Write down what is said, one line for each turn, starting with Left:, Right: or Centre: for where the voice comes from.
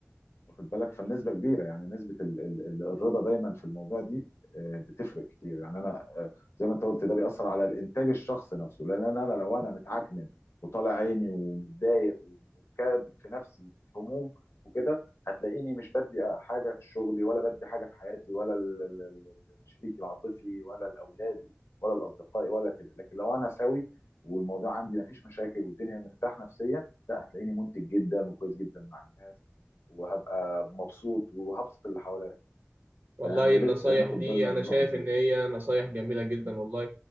Left: واخد بالك فالنسبه كبيره يعني نسبه ال ال ال الرضا دايما في الموضوع دي آه، بتفرق كتير يعني انا آه، زي ما انت قلت ده بيأثر على الانتاج الشخصي نفسه لان انا أنا لو انا متعكنن وطالع عيني ومتضايق وكابت في نفسي هموم وكده هتلاقيني مش بدي حاجه في شغلي ولا بدي حاجه في حياتي ولا ال- ال- ال- الشريك العاطفي ولا الاولادي ولا الاصدقاء ولا كده لكن لو انا سوي والموضوع عندي مفيش مشاكل والدنيا مرتاح نفسيا لا هتلاقيني منتج جدا وكويس جدا مع الناس وهبقى مبسوط وهبسط اللي حواليا
Right: والله
Left: فيعني يا
Right: النصايح
Left: ريت ناخد
Right: دي
Left: بالنا من
Right: انا
Left: النقط
Right: شايف
Left: دي
Right: ان هي نصايح جميلة جدا والله